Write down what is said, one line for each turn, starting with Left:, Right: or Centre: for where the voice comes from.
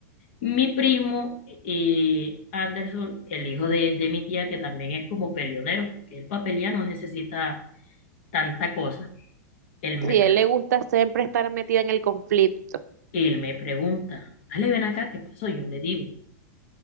Left: Mi primo eh, Anderson, el hijo de, de mi tía, que también es como peleonero, porque él para pelear no necesita tanta cosa, él me,
Right: Si a él le gusta siempre estar metido en el conflicto.
Left: él me pregunta, Ale, ven acá, ¿qué pasó? Yo le digo,